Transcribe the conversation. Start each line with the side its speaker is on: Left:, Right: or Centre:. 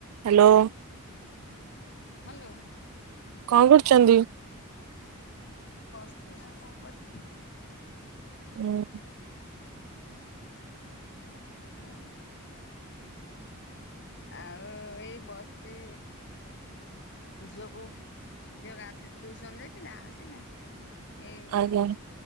Right: Hello.
Left: Hello.
Right: କ କରୁଛନ୍ତି?
Left: ବସିଛି ଆଉ କଣ କରିବି?
Right: ହୁଁ।
Left: ଆଉ ଆଉ ଏଇ ବସିଚି ଝିଅକୁ ଝିଅ ଗାଧ ଟୁଉସନ୍ ଯାଇଥିଲା ଆସିନି ନା? ଏଇ
Right: ଆଜ୍ଞା